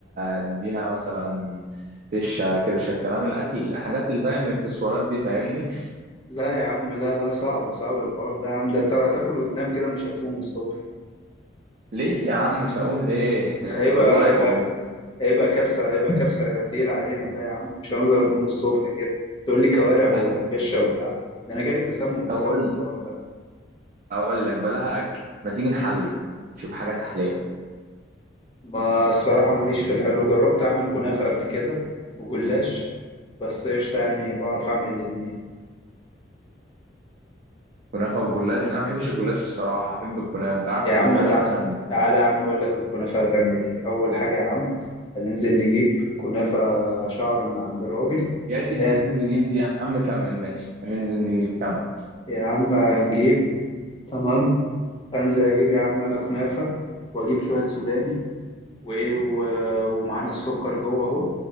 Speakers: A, on the right (about 45°); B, on the left (about 25°).
A: اديها مثلا فشه كرشه الكلام الاكل الحاجات اللي فاهم الاكسسوارات دي فاهمني
B: لا يا عم لا لا صعب صعب الحوار ده يا عم ده انت هتاكل وتنام كده مش هتقوم الصبح
A: ليه يا عم مش هقوم ليه <laughs>
B: ده هيبقى
A: والله
B: هيبقى
A: والله
B: هيبقى كبسة هيبقى كبسة تقيلة علينا ده يا عم مش هنقدر نقوم الصبح كده تقول لي كوارع وفشة
A: اكل في البيت.
B: وبتاع ده انا جالي تسمم
A: طب
B: بسبب
A: اقول
B: الحوار
A: لك
B: ده
A: اقول لك بلاها اكل ما تيجي نحلي نشوف حاجه تحليه
B: ما الصراحة ماليش في الحلو جربت أعمل كنافة قبل كده وجلاش بس قشطة يعني بعرف أعمل الاتنين
A: كنافه وجلاش انا ما بحبش الجلاش الصراحه احب الكنافه تعرف
B: يا
A: تعملها
B: عم تع...
A: لنا مثلا بت...
B: تعالى يا عم أقول لك الكنافة هتعمل إيه أول حاجة يا عم هننزل نجيب كنافة شعر من عند الراجل
A: يا دي هننزل
B: لا
A: نجيب دي يا عم كمل ماشي هننزل نجيب كمل
B: يا عم هنجيب تمام أنزل أجيب يا عم أنا كنافة وأجيب شوية سوداني وايه و- ومعانا السكر جوه اهو